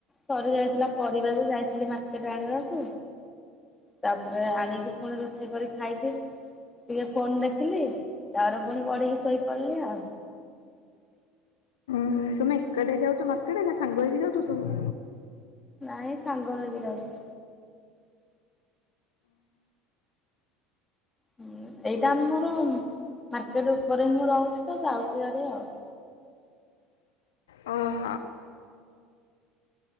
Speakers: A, on the left (about 20°); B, on the left (about 80°).
A: ସରି ଯାଇଥିଲା ପରିବାଯେ ଯାଇଥିଲି ମାର୍କେଟ ଆଣିବାକୁ। ତାପରେ ଆଣିକି ପୁଣି ରୋଷେଇ କରି ଖାଇକି ଟିକେ ଫୋନ ଦେଖିଲି ତାପରେ ପୁଣି ପଢିକି ଶୋଇପଡିଲି ଆଉ।
B: ହୁଁ ତୁମେ ଏକାଟିଆ ଯାଉଛ ମାର୍କେଟ ନା ସାଙ୍ଗହେଇକି ଯାଉଚ ସବୁ?
A: ନାଇଁ ସାଙ୍ଗ ହେଇକି ଯାଉଛୁ। ହୁଁ ଏଇଟା ଆମର ମାର୍କେଟ ଉପରେ ହିଁ ମୁଁ ରହୁଛି ତ ଯାଉଛୁ ଯୁଆଡେ ଆଉ।
B: ଓହୋ